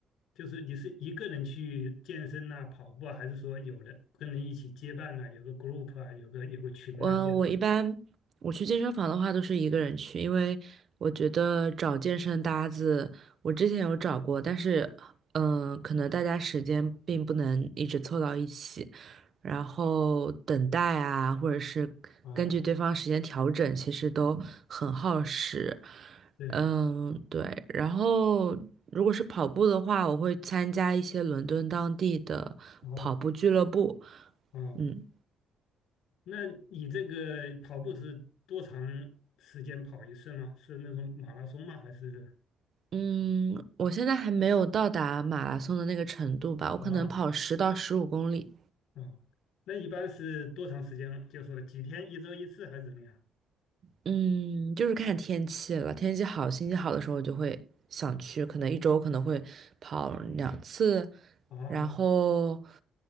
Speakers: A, on the left; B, on the right.
A: 就是你是一个人去健身呐、跑步啊，还是说有人跟人一起结伴呐、有个 group 啊，有个有个群呐、
B: 嗯，
A: 这样的？
B: 我一般我去健身房的话都是一个人去，因为我觉得找健身搭子，我之前有找过，但是嗯、呃可能大家时间并不能一直凑到一起，然后等待啊，或者是根据对方时间调整，
A: 啊，
B: 其实都很耗时。
A: 对，
B: 嗯，对。然后如果是跑步的话，我会参加一些伦敦当地的跑步俱乐部。
A: 哦哦，
B: 嗯。
A: 那你这个跑步是多长时间跑一次吗？是那种马拉松吗？还是
B: 嗯，我现在还没有到达马拉松的那个程度吧，我可能跑十到十五公里。
A: 啊哦，那一般是多长时间？就说几天，一周一次还是怎么样？
B: 嗯，就是看天气了，天气好、心情好的时候，我就会想去，可能一周可能会跑两次，
A: 哦
B: 然后，